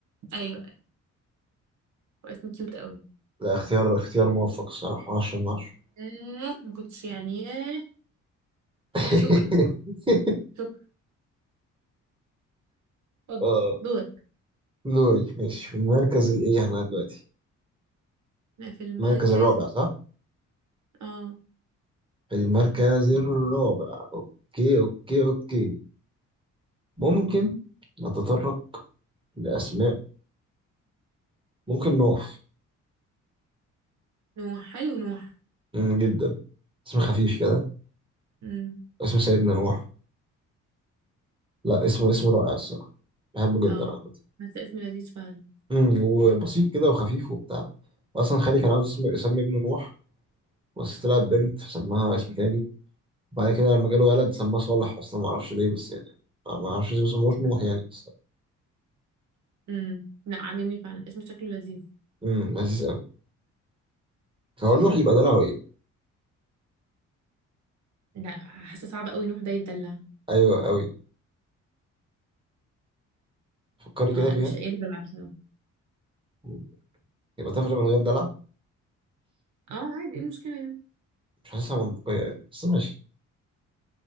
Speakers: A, on the right; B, on the right.
A: ايوه واسم كيوت قوي
B: لا اختيار اختيار موفق الصراحة 10 من 10
A: آه ما كنتش يعني ياه
B: <laughs>
A: شكرا شكرا اتفضل
B: اه
A: دورك
B: دوري ماشي في المركز الايه احنا دلوقتي
A: انا في المركز
B: المركز الرابع صح؟
A: اه
B: في المركز الرابع اوكي اوكي اوكي ممكن نتطرق لأسماء ممكن نوح
A: نوح حلو نوح
B: مم، جدا اسم خفيف كده
A: امم
B: اسم سيدنا نوح لا اسم اسم رائع الصراحة بحبه جدا
A: اه
B: عامة
A: حاسه اسم لذيذ فعلا
B: مم، وبسيط كده وخفيف وبتاع وأصلا خالي كان عاوز اسم- يسمي ابنه نوح بس طلعت بنت فسماها اسم تاني بعد كده لما جاله ولد سماه صالح اصلا ما اعرفش ليه بس يعني ما اعرفش ليه بس ما اسموش نوح يعني بس
A: امم لا عاجبني فعلا اسم شكله لذيذ
B: امم لذيذ قوي هو نوح يبقى دلع ايه
A: لا حاسه صعب قوي نوح ده يتدلع
B: ايوه قوي فكري كده
A: اه لا
B: فيها
A: مش لاقيه يتدلع بصراحه
B: مم. يبقى تفرق من غير دلع
A: اه عادي ايه المشكله يعني
B: مش حاسسها منطقيه يعني بس ماشي